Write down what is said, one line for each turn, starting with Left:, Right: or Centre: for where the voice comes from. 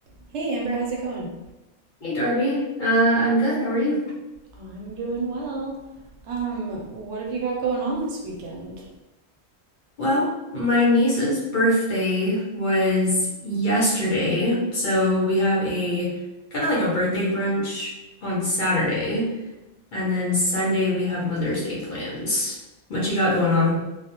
Right: Hey Amber, how's it going?
Left: Hey Darby, uh, I'm good. How are you?
Right: I'm doing well. Um, what have you got going on this weekend?
Left: Well, my niece's birthday was yesterday, so we have a kind of like a birthday brunch on Saturday, and then Sunday we have Mother's Day plans. What you got going on?